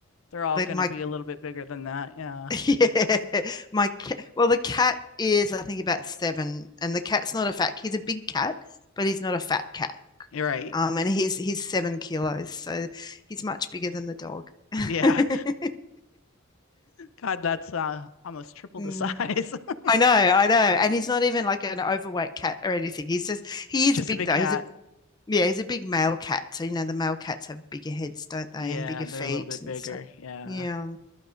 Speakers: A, on the left; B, on the left.
A: They're all
B: But
A: going
B: my
A: to be a little bit bigger than that. Yeah.
B: <laughs> Yeah, my cat. Well, the cat is, I think, about seven, and the cat's not a fat. He's a big cat, but he's not a fat cat.
A: You're right.
B: Um, and he's he's seven kilos, so he's much bigger than the dog. <laughs>
A: Yeah. <laughs> God, that's uh almost triple
B: Mm.
A: the size. <laughs>
B: I know, I know, and he's not even like an overweight cat or anything. He's just he
A: It's
B: is
A: just
B: big
A: a big
B: though.
A: cat.
B: He's a yeah, he's a big male cat. So you know, the male cats have bigger heads, don't they,
A: Yeah,
B: and bigger feet
A: they're a little bit
B: and
A: bigger.
B: stuff.
A: Yeah.
B: Yeah.